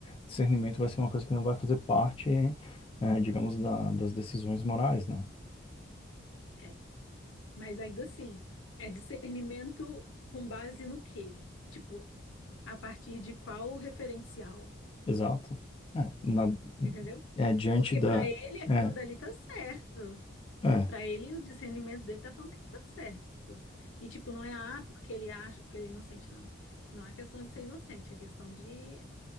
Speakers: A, on the left; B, on the left.
A: discernimento vai ser uma coisa que não vai fazer parte, eh, digamos, da- das decisões morais, né?
B: é. Mas ainda assim, é discernimento com base no quê? Tipo, a partir de qual referencial?
A: Exato. É, na,
B: Entendeu?
A: é, diante
B: Porque
A: da.
B: para ele aquilo
A: É,
B: dali tá certo.
A: é,
B: Pra ele, o discernimento dele tá falando que tá certo. E, tipo, não é, ah, porque ele acha, porque ele é inocente, não. Não é questão de ser inocente, é questão de,